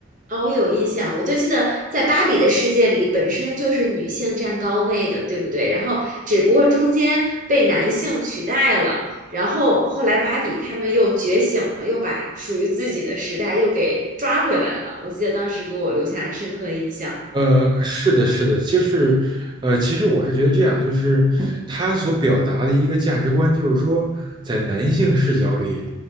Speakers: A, on the right; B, on the right.
A: 啊、我有印象，我就记得在芭比的世界里，本身就是女性占高位的，对不对？然后只不过中间被男性取代了，然后后来芭比他们又觉醒了，又把属于自己的时代又给抓回来了。我记得当时给我留下深刻印象。
B: 呃，是的，是的，就是，呃，其实我是觉得这样，就是他所表达的一个价值观，就是说，在男性视角里，